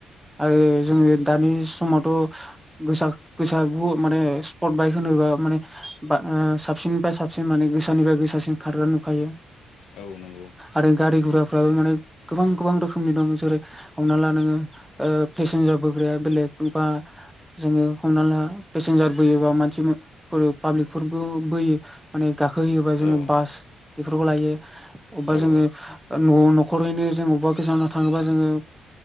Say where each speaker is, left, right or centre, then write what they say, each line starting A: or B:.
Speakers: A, in the centre; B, on the left.
A: आरो जोङो दानि समावथ' गोसा गोसा माने स्पर्ट बाइक होनोबा ओ माने बा साबसिननिफ्राय साबसिन माने गोसानिफ्राय गोसासिन खारग्रा नुखायो
B: औ नंगौ।
A: आरो गारि गुराफ्राबो माने गोबां गोबां रोखोमनि दं जेरै हमना ला नोङो ओ पेसेन्जार बोग्राया बेलेग बा जोङो हमना ला पेसेन्जार बोयोबा मानसि ‌मो ओ पाब्लिकफोरबो बोयो माने गाखो होयोबा जोङो
B: औ
A: बास बेफोरखौ लायो अबेबा
B: औ
A: जोङो' न-न'खरैनो जों अबेबा गोजानाव थाङोबा जोङो।